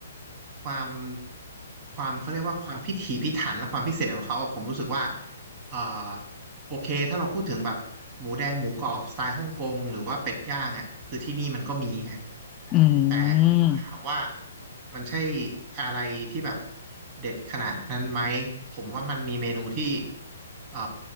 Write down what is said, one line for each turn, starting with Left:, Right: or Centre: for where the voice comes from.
Right: ความความเขาเรียกว่าความพิถีพิถันและความพิเศษของเขาอะผมรู้สึกว่าเอ่อโอเคถ้าเราพูดถึงแบบหมูแดงหมูกรอบสไตล์ฮ่องกงหรือว่าเป็ดย่างอะคือที่นี่มันก็มีไง
Left: อื
Right: แต่
Left: ม
Right: ถามว่า มันใช่อะไรที่แบบเด็ดขนาดนั้นไหมผมว่ามันมีเมนูที่เอ่อ